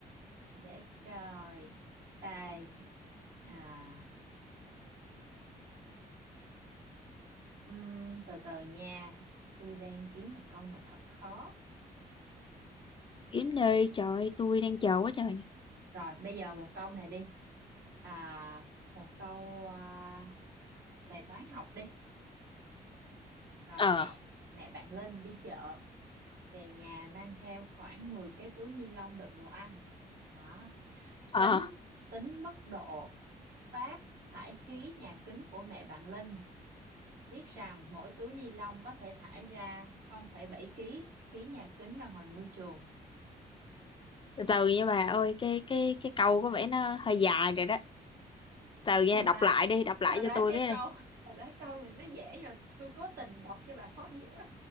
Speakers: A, on the right; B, on the left.
A: để coi. Đây. À. Ừm, từ từ nha, tôi đang kiếm một câu nào thật khó.
B: kiếm đi trời ơi, tôi đang chờ quá trời nè
A: Rồi, bây giờ một câu này đi. À, một câu à, về toán học đi. Rồi
B: ờ
A: mẹ, mẹ bạn Linh đi chợ, về nhà mang theo khoảng 10 cái túi ni lông đựng đồ ăn. Đó,
B: ờ
A: tính tính mức độ phát thải khí nhà kính của mẹ bạn Linh. Biết rằng mỗi túi ni lông có thể thải ra 0,7 kg khí nhà kính ra ngoài môi trường.
B: từ từ nha bà ơi cái cái cái câu có vẻ nó hơi dài rồi đó từ nha
A: thật
B: đọc
A: ra
B: lại đi đọc lại
A: thật
B: cho
A: ra
B: tôi
A: cái
B: cái
A: câu
B: này
A: thật ra câu này nó dễ nhưng mà tôi cố tình đọc cho bà khó hiểu á